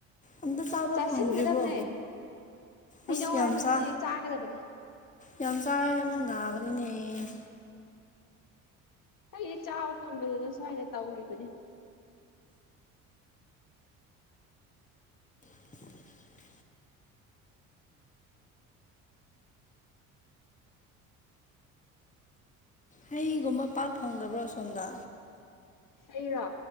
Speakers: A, on the left; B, on the left.
A: ꯑꯝꯇ ꯆꯥꯕ
B: ꯆꯥꯁꯤꯟꯒꯗꯕꯅꯦ
A: ꯐꯪꯗ꯭ꯔꯤꯕꯣ
B: ꯍꯩꯅꯧ
A: ꯑꯁ ꯌꯥꯝ
B: ꯍꯥꯏꯕꯁꯤꯗꯤ
A: ꯆ
B: ꯆꯥꯒꯗꯕꯅꯦ
A: ꯌꯥꯝ ꯆꯥꯔꯦ ꯑꯃꯨꯛ ꯅꯥꯒꯅꯤꯅꯦ
B: ꯑꯩꯗꯤ ꯆꯥꯕ ꯐꯪꯕꯗꯨꯅ ꯁ꯭ꯋꯥꯏꯗ ꯇꯧꯔꯤꯕꯅꯤ
A: <unintelligible> <inaudible> ꯍꯩꯒꯨꯝꯕ ꯄꯥꯛ ꯐꯪꯗꯕ꯭ꯔꯣ ꯁꯣꯝꯗ
B: ꯑꯩꯒꯣ